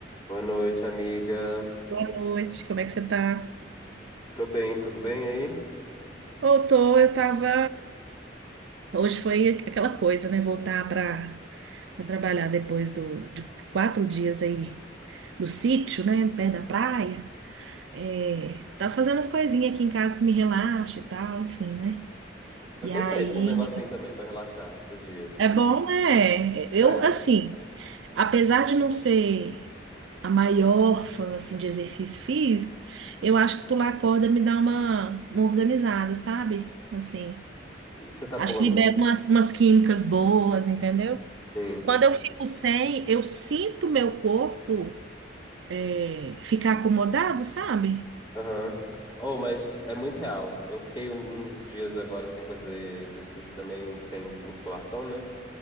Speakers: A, on the left; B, on the right.
A: Boa noite, amiga.
B: Boa noite, como é que você tá?
A: Tô bem, tudo bem aí?
B: Eu tô, eu tava. Hoje foi aquela coisa, né? Voltar pra pra trabalhar depois do, de quatro dias aí no sítio, né? Perto da praia. É, tava fazendo as coisinhas aqui em casa que me relaxa e tal, enfim, né?
A: Eu
B: E
A: tenho
B: aí,
A: feito um negocinho também pra relaxar esses dias.
B: é bom, né? Eu,
A: É,
B: assim, apesar de não ser a maior fã, assim, de exercício físico, eu acho que pular corda me dá uma, uma organizada, sabe? Assim.
A: você tá
B: Acho
A: pulando.
B: que libera umas, umas químicas boas, entendeu?
A: Sim.
B: Quando eu fico sem, eu sinto meu corpo é, ficar acomodado, sabe?
A: Aham. Oh, mas é muito real. Eu fiquei um- uns dias agora sem fazer exercício também, sem musculação, né?